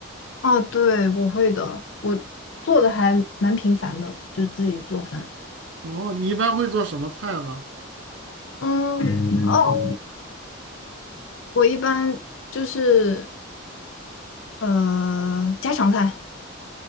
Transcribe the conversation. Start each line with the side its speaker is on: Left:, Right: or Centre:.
Left: 哦，对，我会的，我做的还蛮频繁的，就自己做饭。
Right: 哦，你一般会做什么菜呢？
Left: 嗯，嗯哦，我一般就是呃家常菜。